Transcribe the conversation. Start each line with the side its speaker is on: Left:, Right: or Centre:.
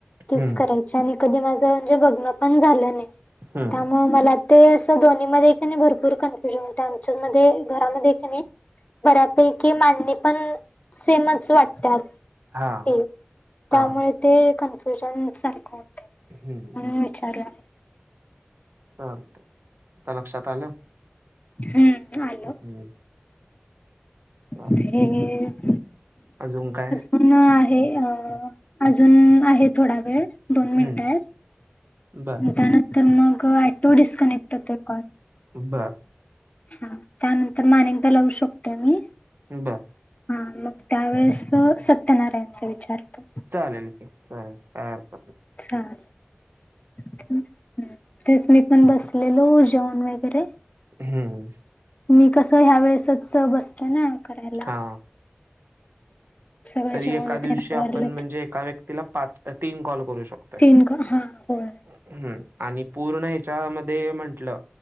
Left: तीच
Right: हम्म
Left: करायची. त्याच्याने कधी माझ म्हणजे बघण पण झाल नाही.
Right: हम्म
Left: त्यामुळे मला ते अस दोन्हीमध्ये क नाही, भरपूर कन्फ्युजन होते. आमच्यामध्ये घरामध्ये की नाही बऱ्यापैकी मांडणी पण सेमच वाटतात. ते
Right: हा
Left: त्यामुळे
Right: हा
Left: ते कन्फ्युजन सारखं होतय
Right: हम्म
Left: म्हणून चालन.
Right: चालतं. आता लक्षात आलं.
Left: हम्म, आल.
Right: हम्म
Left: <unintelligible>
Right: चाल अजून काय?
Left: पुन्हा आहे. अ अजून आहे थोडा वेळ. दोन मिनिटं
Right: हम्म
Left: आहेत.
Right: बर
Left: त्यानंतर मग ॲटो डिस्कनेक्ट होतो कॉल.
Right: बर.
Left: हा त्यानंतर मा अनेकदा लावू शकतोय मी.
Right: बर.
Left: हा मग त्यावेेळेस सत्यनारायणचा विचारतो.
Right: चालेल की, चालेल काही अड
Left: चाल <unintelligible> तेच मी पण बसलेलो जेवूण वगैरे.
Right: हम्म
Left: मी कसं ह्या वेळेसच बसते ना करायला.
Right: हा
Left: सगळं
Right: तरी
Left: जेवण
Right: एका दिवशी
Left: तेन आवरलं
Right: आपण म्हणजे
Left: की
Right: एका व्यक्तीला पाच तीन कॉल करू शकतो.
Left: तीन कॉ ह होय.
Right: हम्म, आणि पूर्ण ह्याच्यामध्ये म्हटलं